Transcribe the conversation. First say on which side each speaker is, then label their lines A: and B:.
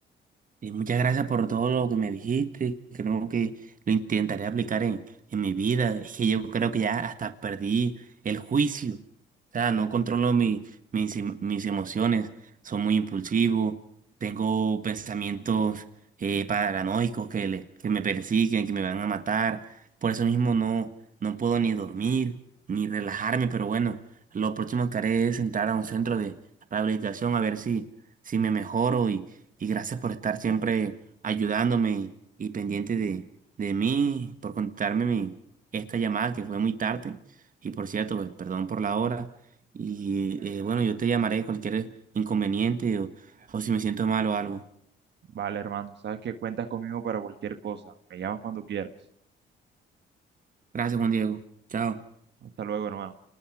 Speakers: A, on the right; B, on the right.
A: Y muchas gracias por todo lo que me dijiste. Creo que lo intentaré aplicar en, en mi vida. Es que yo creo que ya hasta perdí el juicio. O sea, no controlo mi- mis, em- mis emociones. Soy muy impulsivo. Tengo pensamientos eh, paranoicos que, le- que me persiguen, que me van a matar. Por eso mismo no, no puedo ni dormir, ni relajarme. Pero bueno, lo próximo que haré es entrar a un centro de rehabilitación a ver si, si me mejoro y gracias por estar siempre ayudándome y pendiente de, de mí, por contestarme mi, esta llamada que fue muy tarde. Y por cierto, pues, perdón por la hora. Y eh, bueno, yo te llamaré cualquier inconveniente o, o si me siento mal o algo.
B: Vale, hermano, sabes que cuentas conmigo para cualquier cosa. Me llamas cuando quieras.
A: Gracias, Juan Diego. Chao.
B: Hasta luego, hermano.